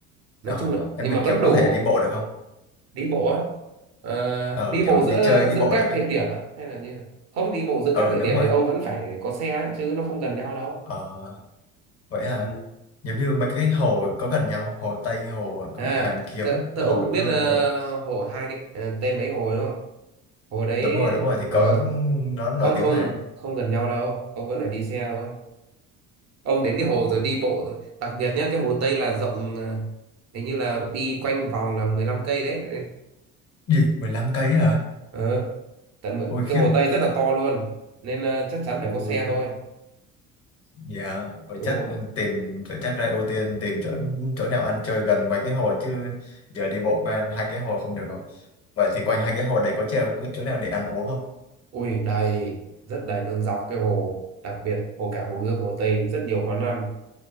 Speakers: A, on the right (about 40°); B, on the left (about 30°).
A: nói
B: Ờ,
A: chung là
B: em
A: nhưng
B: mình
A: mà vẫn
B: kiểu có
A: đủ
B: thể đi bộ được không?
A: đi bộ á Ờ,
B: Ờ,
A: đi
B: kiểu
A: bộ
B: đi
A: giữa
B: chơi đi
A: giữa
B: bộ
A: các
B: được ấy.
A: địa điểm á hay là như là không đi bộ giữa
B: Ờ,
A: các địa
B: đúng
A: điểm
B: rồi.
A: thì ông vẫn phải có xe ấy, chứ nó không gần nhau đâu
B: Ờ, vậy à
A: Ừ.
B: giống như mấy cái hồ có gần nhau không? hồ Tây hồ
A: à
B: Hoàn Kiếm
A: tớ, tớ
B: hồ
A: ông cũng biết
B: Gươm
A: ờ,
B: đâu
A: hồ hai cái ờ, tên mấy hồ đúng không hồ đấy
B: đúng rồi đúng rồi thì
A: ờ,
B: có nó nổi
A: không
B: tiếng
A: không
B: mà
A: không gần nhau đâu ông vẫn phải đi xe thôi ông đến cái
B: ôi
A: hồ rồi đi bộ rồi đặc biệt nhá cái hồ Tây là rộng ờ, hình như là đi quanh vòng là 15 cây đấy
B: gì mười lăm cây hả
A: ờ tận mười-
B: ôi khiếp
A: cái Hồ Tây rất là to luôn nên ờ, chắc chắn phải
B: ôi
A: có xe thôi
B: dạ vậy
A: đúng
B: chắc
A: rồi
B: ừ, tìm vậy chắc ra ưu tiên tìm chỗ chỗ nào ăn chơi gần mấy cái hồ chứ giờ đi bộ qua hai cái hồ không được không vậy thì
A: Ừ.
B: quanh hai cái hồ đấy có treo cái chỗ nào để ăn uống không
A: ui đầy rất đầy luôn dọc cái hồ đặc biệt hồ cả Hồ Gươm Hồ Tây rất nhiều quán ăn